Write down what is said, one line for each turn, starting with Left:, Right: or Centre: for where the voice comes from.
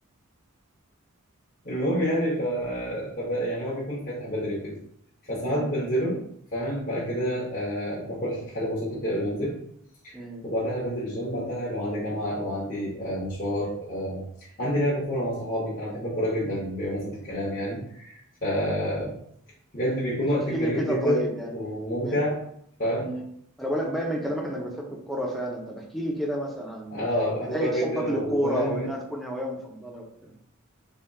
Left: <laughs> المهم يعني ف... فب... يعني هو بيكون فاتح بدري وكده فساعات
Centre: مم.
Left: بنزله فاهم بعد كده آه باكل حاجة بسيطة كده قبل ما انزل
Centre: مم.
Left: وبعدها بنزل الجيم بعدها لو عندي جامعة أو عندي آه مشوار آه عندي لعب كورة مع صحابي أنا بحب الكورة جدا بمناسبة الكلام يعني فبجد بيكون
Centre: احكي
Left: وقت جميل
Centre: لي كده
Left: جدا
Centre: طيب يعني
Left: وممتع
Centre: ب...
Left: فاهم
Centre: مم. انا بقول لك باين من كلامك انك بتحب الكورة فعلا طب احكي لي كده مثلا عن
Left: اه بحب
Centre: بداية
Left: الكورة جدا
Centre: حبك
Left: وكمان
Centre: للكورة او انها تكون هواية مفضلة وبتاع